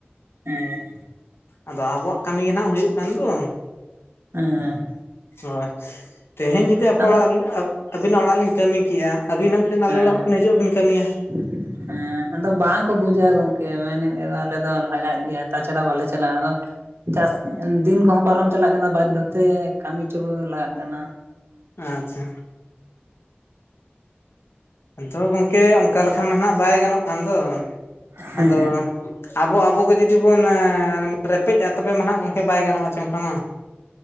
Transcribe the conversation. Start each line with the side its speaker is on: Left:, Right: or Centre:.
Right: ᱦᱮᱸ
Left: ᱟᱫᱚ ᱟᱵᱚᱣᱟᱜ ᱠᱟᱹᱢᱤ ᱜᱮ ᱱᱟᱦᱟᱜ ᱦᱩᱭᱩᱜ ᱠᱟᱱ ᱫᱚ
Right: ᱦᱮᱸ
Left: ᱦᱳᱭ ᱛᱮᱦᱮᱧ ᱡᱩᱫᱤ ᱟᱯᱮ
Right: ᱟᱫᱚ
Left: ᱚᱲᱟᱜ ᱟᱹᱵᱤᱱᱟᱜ ᱚᱲᱟᱜ ᱨᱮᱞᱤᱧ ᱠᱟᱹᱢᱤ ᱠᱮᱭᱟ ᱟᱹᱵᱤᱱ ᱦᱚᱸ ᱢᱤᱫᱤᱱ ᱟᱞᱮ
Right: ᱦᱮᱸ
Left: ᱚᱲᱟᱜ ᱵᱤᱱ ᱦᱤᱡᱩᱜᱼᱟ ᱵᱤᱱ ᱠᱟᱹᱢᱤᱭᱟ
Right: <inaudible> ᱦᱮᱸ ᱟᱫᱚ ᱵᱟᱝᱠᱚ ᱵᱩᱡᱟ ᱜᱚᱝᱠᱮ ᱢᱮᱱᱮᱫ ᱟᱞᱮ ᱫᱚ ᱞᱟᱜᱟᱜ ᱜᱮᱭᱟ ᱛᱟᱪᱷᱟᱲᱟ ᱵᱟᱞᱮ ᱪᱟᱞᱟᱜᱼᱟ ᱟᱫᱚ ᱪᱟᱥ ᱫᱤᱱ ᱠᱚᱦᱚᱸ ᱯᱟᱨᱚᱢ ᱪᱟᱞᱟᱜ ᱠᱟᱱᱟ ᱵᱟᱫᱽᱫᱷᱚ ᱛᱮ ᱠᱟᱹᱢᱤᱪᱚ ᱠᱚ ᱞᱟᱜᱟᱜ ᱠᱟᱱᱟ
Left: ᱟᱪᱪᱷᱟ ᱟᱫᱚ ᱜᱚᱝᱠᱮ ᱚᱱᱠᱟ ᱞᱮᱠᱟ ᱢᱟ ᱱᱟᱜ ᱵᱟᱭ ᱜᱟᱱᱚᱜ ᱠᱟᱱ ᱫᱚ
Right: ᱦᱮᱸ
Left: ᱟᱫᱚ ᱟᱵᱚ ᱟᱵᱚᱜᱮ ᱡᱩᱫᱤ ᱵᱚᱱ ᱨᱮᱯᱮᱡᱼᱟ ᱛᱚᱵᱮ ᱢᱟᱦᱟᱜ ᱜᱚᱢᱠᱮ ᱵᱟᱭ ᱜᱟᱱᱚᱜᱼᱟ ᱚᱱᱠᱟ ᱢᱟ᱾